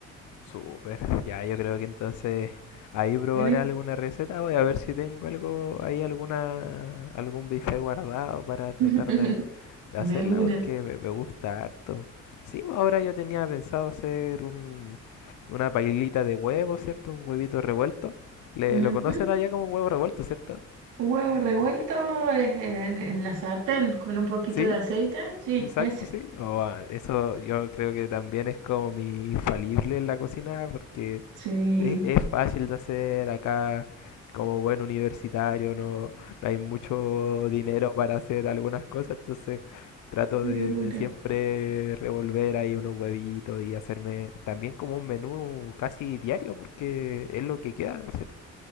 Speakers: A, on the left (about 75°); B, on the right (about 85°).
A: súper. Ya, yo creo que entonces ahí probaré
B: Tenés-
A: alguna receta. Voy a ver si tengo algo ahí, alguna, algún bife guardado para tratar
B: <laughs>
A: de, de
B: De
A: hacerla
B: una.
A: porque me, me gusta harto. Sí, pues, ahora yo tenía pensado hacer un, una pailita de huevo, ¿cierto? Un huevito revuelto. Le,
B: Ujú.
A: lo conocen allá como huevo revuelto, ¿cierto?
B: Huevo revuelto es en, en la sartén con un poquito
A: Sí.
B: de aceite, sí,
A: Exacto,
B: ese,
A: sí. O, ah, eso yo creo que también es como mi infalible en la cocina porque
B: sí.
A: es, es fácil de hacer acá como buen universitario, no, no hay mucho dinero para hacer algunas cosas, entonces trato
B: de
A: de,
B: una.
A: de siempre revolver ahí unos huevitos y hacerme también como un menú casi diario porque es lo que queda, ¿cierto?